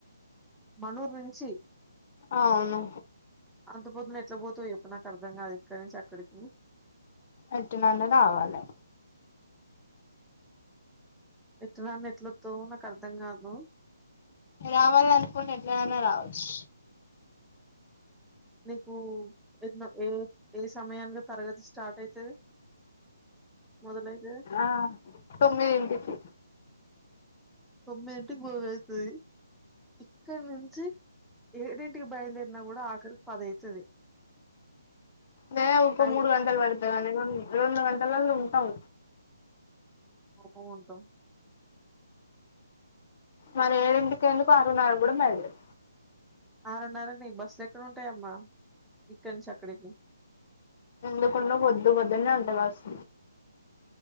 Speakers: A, in the centre; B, on the left.
A: మన ఊరు నుంచి.
B: అవును.
A: అంత పొద్దున ఎట్లా బోతవ్ యేప్పు నాకర్థం గాదు ఇక్కడ నుంచి అక్కడికి.
B: ఎట్టనన్న రావాలే.
A: ఎట్లనన్న ఎట్లాతవ్ నాకర్థం గాదు.
B: రావాలనుకుంటే ఎట్లానన్న రావచ్చు.
A: నీకు ఎన్నో ఏ ఏ సమయానికి తరగతి స్టార్ట్ అయితది. మొదలైతది
B: ఆ తొమ్మిదింటికి.
A: తోమ్మిదింటికి బోవుడయితది. ఇక్కడ నుంచి ఏడింటికి బయలుదేరినా గుడ ఆఖరికి పది అయితది.
B: దే ఉకో
A: అయి
B: మూడు గంటలు వడ్తదానే రో రొండు గంటలల్ల ఉంటాం.
A: ఒక గంట.
B: మరి ఏడింటికి ఎందుకు ఆరున్నార గూడా బయలు దేరూ.
A: ఆరున్నరకి నిక్ బస్సులు ఎక్కడుంటాయమ్మా ఇక్కనుంచి అక్కడికి.
B: ఎందుకుండదు పోద్దు పోద్దునే ఉంటది బస్.